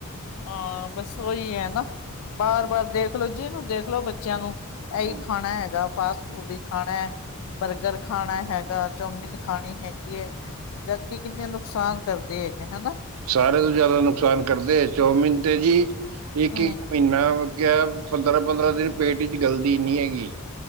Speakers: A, on the left (about 75°); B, on the right (about 70°).
A: ਹਾਂ, ਬਸ ਉਹੀ ਹੈ ਨਾ ਬਾਰ
B: ਹਮ,
A: ਬਾਰ ਦੇਖਲੋ ਜੀ ਨੂੰ ਦੇਖਲੋ ਬੱਚਿਆਂ ਨੂੰ। ਇਹੀ
B: ਹਮ।
A: ਖਾਣਾ ਹੈਗਾ ਫਾਸਟ ਫੂਡ ਹੀ ਖਾਣਾ। ਬਰਗਰ ਖਾਣਾ ਹੈਗਾ ਚੌਮਿਨ ਖਾਣੀ ਹੈਗੀ ਐ। ਜਦਕਿ ਕਿੰਨੇ ਨੁਕਸਾਨ ਕਰਦੇ ਹੈਗੇ ਹਨਾ।
B: ਸਾਰੇ ਤੋਂ ਜ਼ਿਆਦਾ ਨੁਕਸਾਨ ਕਰਦੇ। ਚੋਮੀਨ ਤੇ ਜੀ ਇੱਕ
A: ਹਮ
B: ਇੱਕ ਮਹੀਨਾ ਕਿਹਾ ਪੰਦਰਾਂ ਪੰਦਰਾਂ ਦਿਨ ਪੇਟ ਚ ਗਲਦੀ ਨਹੀਂ ਹੈਗੀ।